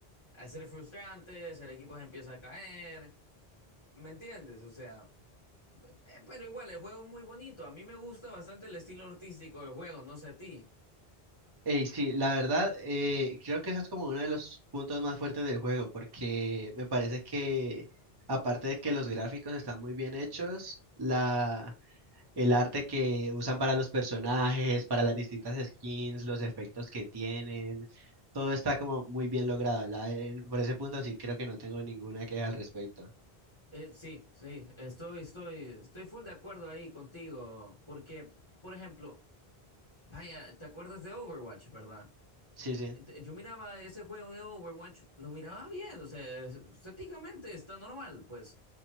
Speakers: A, on the left; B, on the right.
A: a ser frustrantes, el equipo se empieza a caer, ¿me entiendes? O sea, pe- pe- pero igual el juego es muy bonito, a mí me gusta bastante el estilo artístico del juego, no sé a ti.
B: Ey, sí, la verdad, eh, creo que eso es como uno de los puntos más fuertes del juego, porque me parece que, aparte de que los gráficos están muy bien hechos, la, el arte que usan para los personajes, para las distintas skins, los efectos que tienen, todo está como muy bien logrado, la- eh, Por ese punto sí creo que no tengo ninguna queja al respecto.
A: Eh, sí, sí, estoy, estoy, estoy full de acuerdo ahí contigo, porque, por ejemplo, Vaya, ¿te acuerdas de Overwatch, verdad?
B: Sí, sí.
A: Eh, Yo miraba ese juego de Overwatch, lo miraba bien, o sea, estéticamente está normal, pues.